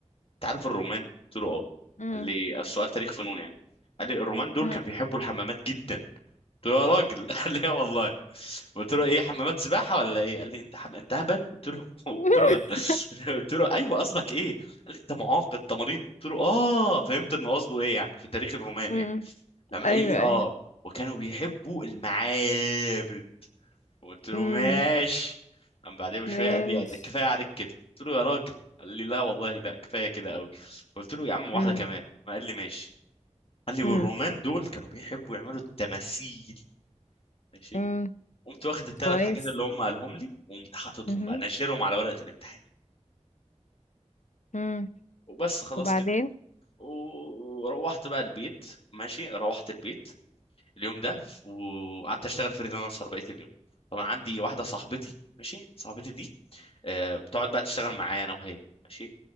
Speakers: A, on the left; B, on the left.
A: انت عارف الرومان قلت له اه
B: امم
A: قال لي السؤال تاريخ فنون يعني قال لي الرومان دول
B: امم
A: كانوا بيحبوا الحمامات جدا قلت له يا راجل <laughs> قال لي اه والله قلت له ايه حمامات سباحه ولا ايه قال لي انت حم... انت هبل قلت له <laughs> قلت
B: <laughs>
A: له <laughs> قلت له ايوه قصدك ايه قال لي انت معاق انت مريض قلت له اه فهمت انه قصده ايه يعني في التاريخ الروماني
B: امم
A: يعني قام
B: ايوه
A: قايل لي اه
B: ايوه
A: وكانوا بيحبوا المعابد قلت له
B: امم
A: ماشي قام بعدها بشويه
B: ماشي
A: قال لي ده كفايه عليك كده قلت له يا راجل قال لي لا والله لا كفايه كده قوي قلت له يا عم واحده
B: امم
A: كمان قال لي ماشي قال لي والرومان
B: امم
A: دول كانوا بيحبوا يعملوا التماثيل ماشي
B: امم
A: قمت واخد الثلاث
B: كويس
A: حاجات اللي هم قالهم لي وقمت حاططهم
B: امم
A: بقى ناشرهم على ورقه الامتحان
B: امم
A: وبس خلاص
B: وبعدين
A: كده وروحت بقى البيت ماشي روحت البيت اليوم ده وقعدت اشتغل فريلانسر بقيه اليوم طبعا عندي واحده صاحبتي ماشي صاحبتي دي آه، بتقعد بقى تشتغل معايا انا وهي ماشي